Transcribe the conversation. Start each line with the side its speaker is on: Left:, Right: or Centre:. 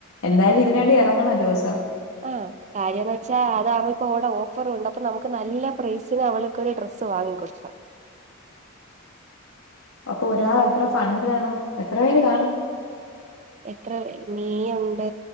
Left: എന്തായ്ലും ഇതിന് വേണ്ടി എറങ്ങണൊരൂസം
Right: ആ കാര്യന്ന് വെച്ചാ അത് അവളിപ്പോ അവിടെ ഓഫർ ഉണ്ട് അപ്പൊ നമുക്ക് നല്ല പ്രൈസിന് അവൾക്ക് ഒരു ഡ്രസ്സ് വാങ്ങി കെടുക്കാം
Left: അപ്പൊ ഒരാൾ എത്ര ഫണ്ടിടണം എത്ര പേര് കാണും
Right: എത്ര നീയൊണ്ട്